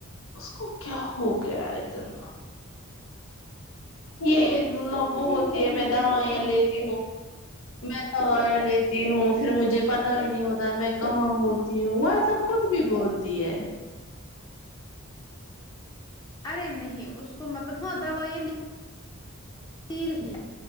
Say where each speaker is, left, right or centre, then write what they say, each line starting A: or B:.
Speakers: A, on the left; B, on the left.
A: اس کو کیا ہو گیا ہےدھرنا یہ مطلب
B: سمجھ
A: وہ
B: ہی
A: بولتی
B: نہیں
A: ہے میں
B: آ رہا
A: دوائیاں
B: ہے
A: لیتی ہوں میں دوائیںں لیتی ہوں پھر مجھے پتا ہی نہیں ہوتا میں کہاں ہوتی ہوں وہ ایسا خود بھی بولتی ہے
B: ارے نہیں اس کو مطلب ہاں دویا لی لیرہی